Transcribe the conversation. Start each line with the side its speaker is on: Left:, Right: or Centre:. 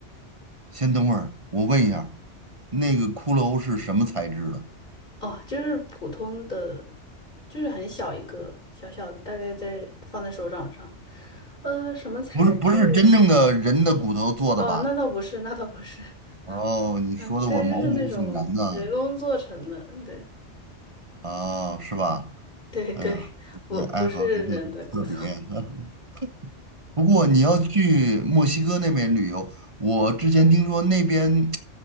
Right: 先等会儿，我问一下，那个骷髅是什么材质的？
Left: 哦，就是普通的，就是很小一个，小小的，大概在放在手掌上。呃，什么材质？
Right: 不是不是真正的人的骨头做的吧？
Left: 哦，那倒不是，那倒不是。<laughs>
Right: 哦，你说的我毛骨悚然呢。
Left: 嗯，对，就是那种人工做成的。对，
Right: 哦，是吧？
Left: 对对，
Right: 哎呀，
Left: 我不是人的骨头。
Right: 这爱好还是特别。<laughs> 不过你要去墨西哥那边旅游，我之前听说那边